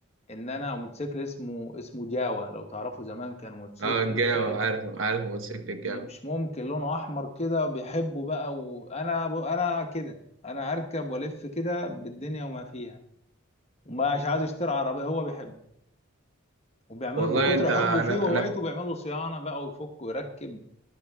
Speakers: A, on the left; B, on the right.
A: ان انا موتوسيكل اسمه اسمه جاوا لو تعرفوا زمان كان موتوسيكل
B: اه الجو
A: تقريبا
B: عارف عارف موتوسيكل الجو
A: مش ممكن لونه احمر كده بيحبه بقى وانا انا كده انا اركب والف كده بالدنيا وما فيها ومش عايز يشتري عربيه هو بيحبه وبيعمل
B: والله
A: من كتر
B: انت
A: حبه
B: انا
A: فيه وهوايته
B: انا
A: بيعمل له صيانه بقى ويفك ويركب